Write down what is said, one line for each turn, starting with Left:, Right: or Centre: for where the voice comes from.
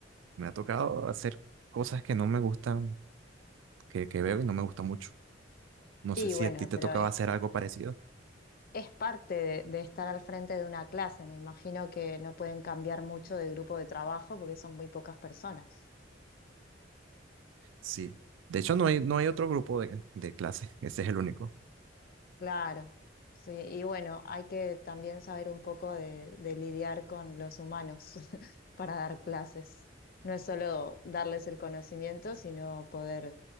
Right: Me ha tocado hacer cosas que no me gustan, que, que veo y no me gusta mucho. No
Left: Y
Right: sé si
Left: bueno,
Right: a ti te
Left: pero
Right: tocaba hacer algo parecido.
Left: es parte de, de estar al frente de una clase. Me imagino que no pueden cambiar mucho de grupo de trabajo porque son muy pocas personas.
Right: Sí. De hecho, no hay, no hay otro grupo de, de clase. Ese es el único.
Left: Claro, sí. Y bueno, hay que también saber un poco de, de lidiar con los humanos <laughs> para dar clases. No es solo darles el conocimiento, sino poder